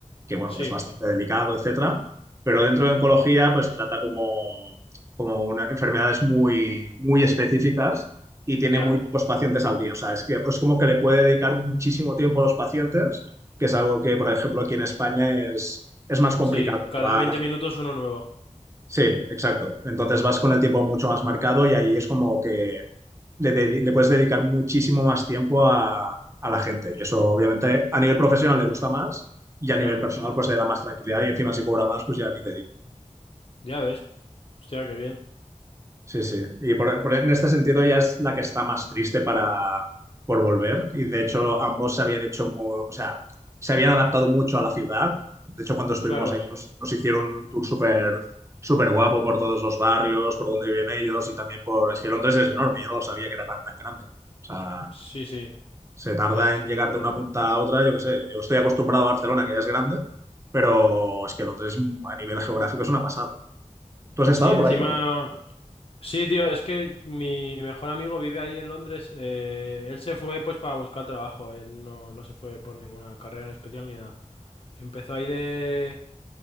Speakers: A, on the right; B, on the left.
A: que bueno,
B: Sí,
A: que es bastante delicado, etcétera, pero dentro de oncología pues trata como, como una- enfermedades muy, muy específicas y tiene
B: ya.
A: muy pocos pacientes al día. O sea, es que es como que le puede dedicar muchísimo tiempo a los pacientes, que es algo que, por ejemplo, aquí en España es, es más complicado.
B: Sí, cada
A: que va
B: 20
A: la
B: minutos uno nuevo.
A: Sí, exacto. Entonces vas con el tiempo mucho más marcado y ahí es como que le, dedi- le puedes dedicar muchísimo más tiempo a, a la gente. Y eso obviamente a nivel profesional le gusta más y a
B: Claro.
A: nivel personal pues le da más tranquilidad y encima si cobra más pues ya ni te digo.
B: Ya ves. Hostia, qué bien.
A: Sí, sí. Y por- por- en este sentido ella es la que está más triste para, por volver. Y de hecho ambos se habían hecho, mu- o sea, se habían adaptado mucho a la ciudad. De hecho, cuando estuvimos
B: Claro.
A: ahí nos, nos hicieron un tour súper súper guapo por todos los barrios, por donde viven ellos y también por... Es que Londres es enorme, yo no sabía que era tan tan grande. O sea,
B: Sí, sí,
A: se tarda
B: ese es
A: en
B: muy
A: llegar
B: grande.
A: de una punta a otra, yo qué sé. Yo estoy acostumbrado a Barcelona, que ya es grande, pero es que Londres a nivel geográfico es una pasada. ¿Tú has
B: Sí,
A: estado
B: encima...
A: por ahí o qué?
B: Sí, tío, es que mi mejor amigo vive ahí en Londres. eh, él se fue pues para buscar trabajo. Él no, no se fue por ninguna carrera en especial ni nada. Empezó ahí de...